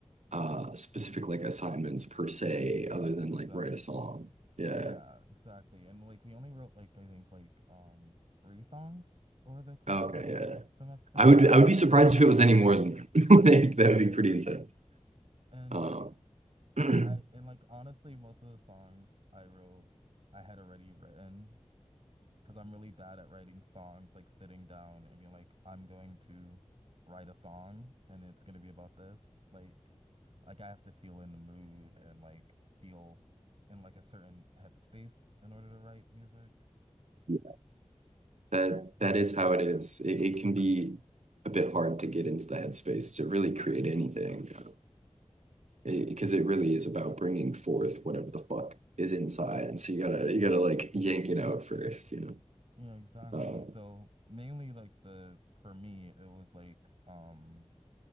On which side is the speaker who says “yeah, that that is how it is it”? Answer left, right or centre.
Right